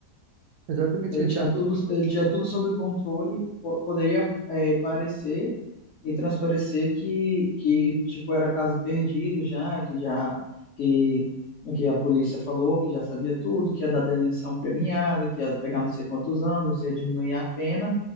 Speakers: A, on the right; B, on the left.
A: Exatamente,
B: Ele
A: ele
B: tinha
A: tinha tudo.
B: tudo, ele tinha tudo sob controle. po- Poderia, eh, parecer. e transparecer que, que tipo era caso perdido já, que já que, que a polícia falou que já sabia tudo, que ia dar delação premiada, que ia pegar não sei quantos anos, ia diminuir a pena.